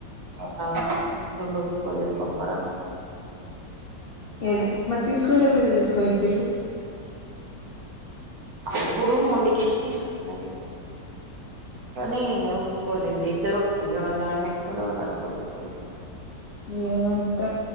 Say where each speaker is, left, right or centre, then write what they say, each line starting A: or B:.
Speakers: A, on the right; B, on the left.
A: వాళ్ళ ఇంట్లోల్లు ఒప్పుకోలేదు పంపడానికి <inaudible>
B: ఏది మరి తీసుకునేటప్పుడు ఎందుకు తీసుకొనిచ్చిలు
A: అపుడు మొండికేసి తీసుకున్నది కానీ ఒప్పుకోలేదు ఇద్దరు ఒప్పుకోలే వాళ్ళ ఆయన ఒప్పుకోలే వాళ్ళ అత్త ఒప్పుకోలే
B: ఏమంత